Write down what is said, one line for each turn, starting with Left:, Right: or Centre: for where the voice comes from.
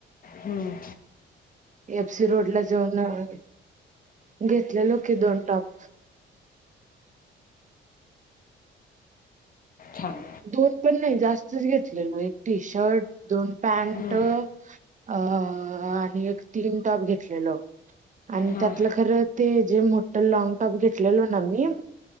Left: हम्म
Right: एफसी रोड ला जाऊन, घेतलेलो की दोन टॉप.
Left: छान
Right: दोन पण नाही जास्तच घेतलेलो एक टी शर्ट दोन पॅनट,
Left: हम्म,
Right: अ आणि एक तीन टॉप घेतलेलो. आणि
Left: हां
Right: त्यातलं खरं ते जे मोठ लॉग टॉप घेतलेलो ना मी अ